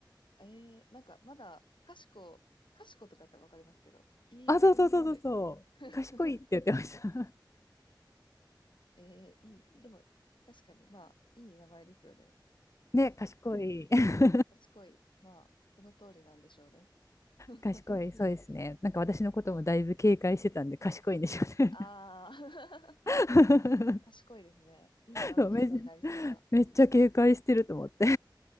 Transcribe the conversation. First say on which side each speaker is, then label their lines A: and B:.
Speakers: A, on the left; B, on the left.
A: ええなんかまだ、賢、賢とかやったらわかりますけど、いまでつけて。
B: あ、そうそうそうそうそう。
A: <laughs>
B: 賢いって言ってました。
A: えー、いい、でも、確かに、まあ、いい名前ですよね。
B: <laughs> ね、賢い。<laughs>
A: 賢い。まあ、その通りなんでしょうね。<laughs>
B: 賢い、そうですね。なんか私のこともだいぶ警戒してたんで、賢いんでしょうね。
A: ああ、<laughs>
B: <laughs>
A: 賢いですね。いい番犬になりそうな。
B: そうめ、めっちゃ警戒してると思って。